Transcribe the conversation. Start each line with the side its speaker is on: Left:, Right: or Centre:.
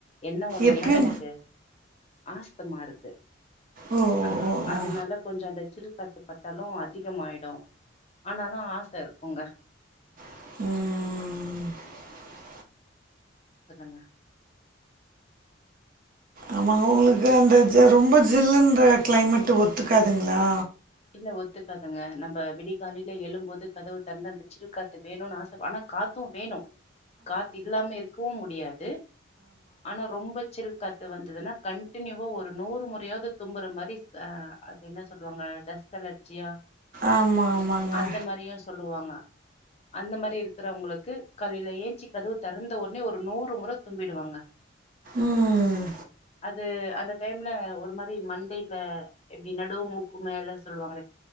Left: என்ன ஒண்ணுன்னா
Right: எப்பயு
Left: எனக்கு ஆஸ் த்தமா இருக்கு
Right: ஓ ஓ
Left: ஆ
Right: ஓ
Left: அதனால
Right: ஓ
Left: கொஞ்சம் அந்த ஜில் காத்து பட்டாலும் அதிகமாயிடு ஆனாலு ஆச இருக்குங்க
Right: ம் ம் ம்
Left: சொல்லுங்க
Right: ஆமாங்க உங்களுக்கு அந்த ஜ ரொம்ப ஜில்லுன்ற கிளைமேட் ஒத்துக்காதுங்களா
Left: இல்ல ஒத்துக்காதுங்க நம்ப விடிகாலைல எழும்போது கதவு தெறந்தா அந்த ஜில் காத்து வேணுன்னு ஆச ஆனா காத்தும் வேணும் காத்து இல்லாம இருக்கவும் முடியாது ஆனா ரொம்ப ஜில் காத்து வந்ததுனா கண்டினியூவா ஒரு நூறு முறையாவது தும்புற மாரி ஆ அது என்ன சொல்லுவாங்க டஸ்ட் அலர்ஜியா
Right: ஆமா ஆமாங்க
Left: அந்த மாரியும் சொல்லுவாங்க அந்த மாரி இருக்கு இருக்கிறவங்களுக்கு காலையில ஏன்சி கதவு தொறந்த உடனே ஒரு நூறு முறை தும்மிடுவாங்க
Right: ம்
Left: அது <inaudible> அந்த டைம்ல ஒரு மாரி மண்டைல எப்டி நடு மூக்கு மேல சொல்வாங்களே